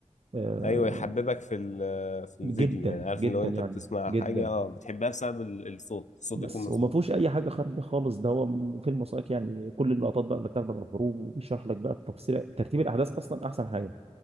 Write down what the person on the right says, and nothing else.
آه
جدا
جدا
يعني
جدا
بس
وما فيهوش اي حاجه خارجه خالص ده هو م- فيلم وثائقي يعني كل اللقطات بقى متاخده من الحروب وبيشرح لك بقى بتفصيل ترتيب الاحداث اصلا احسن حاجه